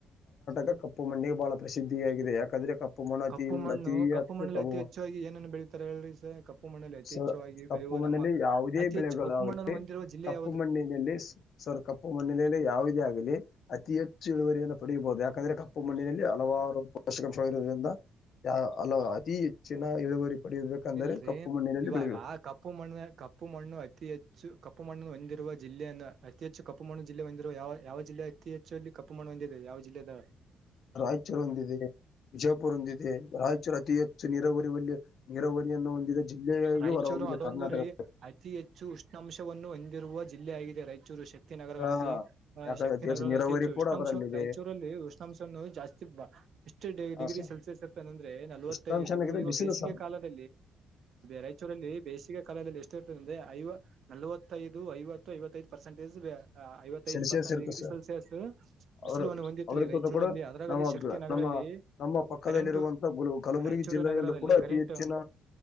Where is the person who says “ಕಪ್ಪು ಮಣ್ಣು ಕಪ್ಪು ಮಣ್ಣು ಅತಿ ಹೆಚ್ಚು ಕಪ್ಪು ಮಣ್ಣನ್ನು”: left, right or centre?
Right